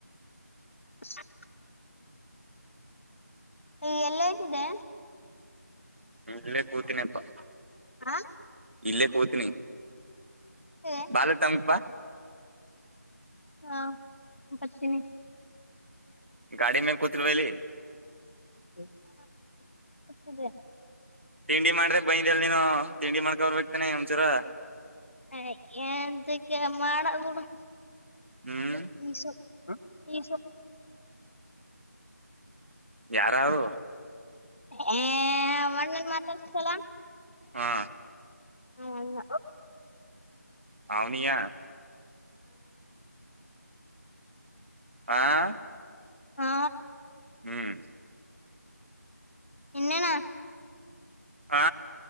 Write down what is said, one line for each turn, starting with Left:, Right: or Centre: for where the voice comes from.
Left: <inaudible> ಈ ಎಲ್ಲ ಆಯ್ತದೆ
Right: ಇಲ್ಲೇ ಕೂತಿನಪ್ಪಾ
Left: ಹಾಂ
Right: ಇಲ್ಲೇ ಕುತಿನಿ
Left: ಹ
Right: ಬಾಲ ತಂಪ,
Left: ಹಾ ಬರ್ತೀನಿ.
Right: ಗಾಡಿ ಮೇಲೆ ಕೂತಿಲ್ವ ಅಲ್ಲಿ.
Left: ಹ್ಮ ಕೂತಿದೆ.
Right: ತಿಂಡಿ ಮಾಡ್ದ ಬೈಂದಿ ಅಲ್ ನೀನು ತಿಂಡಿ ಮಾಡ್ಕೊರ್ಬೇಕ್ತಾನೆ ಒಂಚೂರು.
Left: ಹ ಎಂಥಕೆ <unintelligible>
Right: ಹ್ಮ್
Left: ಈಸ ಹ್ಮು ಇಸು,
Right: ಯಾರಾರು,
Left: ಏ ಅವಣ್ಣನ್ ಮಾತಾಡ್ಸ್ತಲ,
Right: ಹಾ,
Left: ನಾವ ಅಲ್ಲ,
Right: ಅವನಿಯಾ, ಆ,
Left: ಹಾ,
Right: ಹ್ಮ್.
Left: ಇನೇನು.
Right: ಆ,